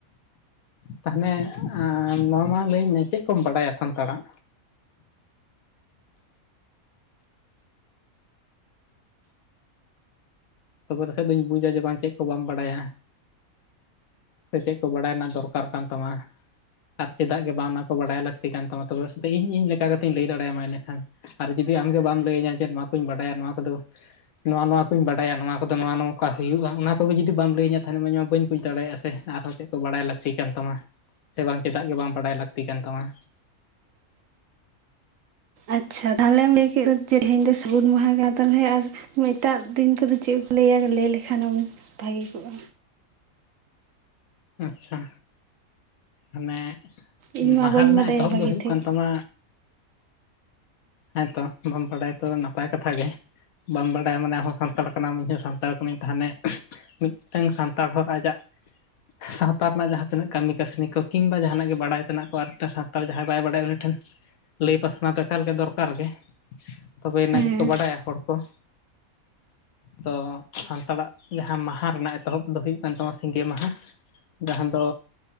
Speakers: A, on the left; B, on the right.
A: ᱛᱟᱦᱚᱱᱮ ᱟᱸ ᱱᱚᱣᱟ ᱢᱟᱲᱟᱝ ᱞᱟᱹᱭᱟᱹᱧ ᱢᱮ ᱪᱮᱫ ᱠᱚᱢ ᱵᱟᱰᱟᱭᱟ ᱥᱟᱱᱛᱟᱲᱟᱜ? ᱛᱚᱵᱮ ᱨᱮᱥᱮᱫ ᱫᱩᱧ ᱵᱩᱡᱟ ᱡᱮ ᱪᱮᱫ ᱠᱚ ᱪᱮᱫ ᱠᱚ ᱵᱟᱢ ᱵᱟᱰᱟᱭᱟ? ᱥᱮ ᱪᱮᱫ ᱠᱚ ᱵᱟᱰᱟᱭ ᱨᱮᱱᱟᱜ ᱫᱚᱨᱠᱟᱨ ᱠᱟᱱ ᱛᱟᱢᱟ? ᱟᱨ ᱪᱮᱫᱟᱜ ᱜᱮ ᱵᱟᱝ ᱚᱱᱟᱠᱚ ᱵᱟᱰᱟᱭ ᱞᱟᱹᱠᱛᱤ ᱠᱟᱱ ᱛᱟᱢᱟ, ᱛᱚᱵᱮ ᱨᱮᱥᱮᱛᱚ ᱤᱧ ᱤᱧ ᱞᱮᱠᱟ ᱠᱟᱛᱮᱧ ᱞᱟᱹᱭ ᱫᱟᱲᱮᱭᱟᱢᱟ ᱮᱱᱮᱠᱷᱟᱱ᱾ ᱟᱨ ᱡᱩᱫᱤ ᱟᱢᱜᱮ ᱵᱟᱢ ᱞᱟᱹᱭᱟᱹᱧᱟ ᱡᱮ ᱱᱚᱣᱟ ᱠᱚᱧ ᱵᱟᱰᱟᱭᱟ ᱱᱚᱣᱟ ᱠᱚᱫᱚ ᱱᱚᱣᱟ ᱱᱚᱣᱟ ᱠᱚᱧ ᱵᱟᱰ ᱵᱟᱰᱟᱭᱟ ᱱᱚᱣᱟ ᱠᱚᱫᱚ ᱱᱚᱣᱟ ᱱᱚᱝᱠᱟ ᱦᱩᱭᱩᱜᱼᱟ ᱚᱱᱟ ᱠᱚᱜᱮ ᱡᱩᱫᱤ ᱵᱟᱢ ᱞᱟᱹᱭᱟᱹᱧᱟᱹ ᱛᱟᱦᱚᱱᱮ ᱢᱟ ᱤᱧ ᱢᱟ ᱵᱟᱹᱧ ᱵᱩᱡᱽ ᱫᱟᱲᱮᱭᱟᱜᱼᱟ ᱥᱮ ᱟᱨᱦᱚᱸ ᱪᱮᱫ ᱠᱚ ᱵᱟᱰᱟᱭ ᱞᱟᱹᱠ ᱛᱤ ᱠᱟᱱ ᱛᱟᱢᱟ ᱥᱮ ᱵᱟᱝ ᱪᱮᱫᱟᱜ ᱜᱮ ᱵᱟᱢ ᱵᱟᱰᱟᱭ ᱞᱟᱹᱠᱛᱤ ᱠᱟᱱ ᱛᱟᱢᱟ?
B: ᱟᱪᱪᱷᱟ ᱛᱟᱦᱚᱞᱮᱢ ᱞᱟᱹᱭ ᱠᱮᱫ ᱫᱚ ᱡᱮ ᱛᱮᱦᱮᱧ ᱫᱚ ᱥᱟᱜᱩᱱ ᱢᱟᱦᱟ ᱠᱮᱫᱟ ᱛᱟᱦᱚᱞᱮ ᱟᱨ ᱮᱴᱟᱜ ᱫᱤᱱ ᱠᱚᱫᱚ ᱪᱮᱫ ᱠᱚ ᱞᱮᱭᱟ? ᱞᱮᱭ ᱞᱮᱠᱷᱟᱱᱮᱢ ᱵᱷᱟᱹᱜᱤ ᱠᱚᱜᱼᱟ?
A: ᱟᱪᱪᱷᱟ, ᱦᱟᱱᱮ
B: ᱤᱧᱢᱟ
A: ᱵᱟᱦᱟ
B: ᱵᱟᱹᱧ
A: ᱨᱮᱱᱟᱜ
B: ᱵᱟᱰᱟᱭᱟ
A: ᱮᱛᱚᱦᱚᱵ
B: ᱵᱷᱟᱹᱜᱤ
A: ᱫᱚ ᱦᱩᱭᱩᱜ
B: ᱴᱷᱤᱠ
A: ᱠᱟᱱ ᱛᱟᱢᱟ ᱦᱮᱸᱛᱚ ᱵᱟᱢ ᱵᱟᱰᱟᱭᱟ ᱛᱚ ᱱᱟᱯᱟᱭ ᱠᱟᱛᱷᱟ ᱜᱮ ᱵᱟᱢ ᱵᱟᱰᱟᱭᱟ ᱢᱟᱱᱮ ᱟᱢᱦᱚᱸ ᱥᱟᱱᱛᱟᱲ ᱠᱟᱱᱟᱢ, ᱤᱧᱦᱚᱸ ᱥᱟᱱᱛᱟᱲ ᱠᱟᱹᱱᱟᱹᱧ ᱛᱟᱦᱚᱱᱮ ᱢᱤᱫᱴᱟᱹᱝ ᱥᱟᱱᱛᱟᱲ ᱦᱚᱲ ᱟᱡᱟᱜ ᱥᱟᱶᱛᱟ ᱨᱮᱱᱟᱜ ᱡᱟᱦᱟᱸ ᱛᱤᱱᱟᱹᱜ ᱠᱟᱹᱢᱤ ᱠᱟᱹᱥᱱᱤ ᱠᱚ ᱠᱤᱝᱵᱟ ᱡᱟᱦᱟᱱᱟᱜ ᱜᱮ ᱵᱟᱰᱟᱭ ᱛᱮᱱᱟᱜ ᱠᱚ ᱟᱨ ᱢᱤᱫᱴᱟᱹᱝ ᱥᱟᱱᱛᱟᱲ ᱡᱟᱦᱟᱸᱭ ᱵᱟᱭ ᱵᱟᱰᱟᱭᱟ ᱩᱱᱤ ᱴᱷᱮᱱ ᱞᱟᱹᱭ ᱯᱟᱥᱱᱟᱣ ᱫᱚ ᱮᱠᱟᱞ ᱜᱮ ᱫᱚᱨ ᱠᱟᱨ ᱜᱮ, ᱛᱚᱵᱮᱭᱱᱟ
B: ᱦᱮᱸ
A: ᱜᱮᱠᱚ ᱵᱟᱰᱟᱭᱟ ᱦᱚᱲ ᱠᱚ ᱾ ᱛᱚ ᱥᱟᱱᱛᱟᱲᱟᱜ ᱡᱟᱦᱟᱸ ᱢᱟᱦᱟ ᱨᱮᱱᱟᱜ ᱮᱛᱚᱦᱚᱵ ᱫᱚ ᱦᱩᱭᱩᱜ ᱠᱟᱱ ᱛᱟᱢᱟ ᱥᱤᱸᱜᱮ ᱢᱟᱦᱟ ᱾ ᱡᱟᱦᱟᱸ ᱫᱚ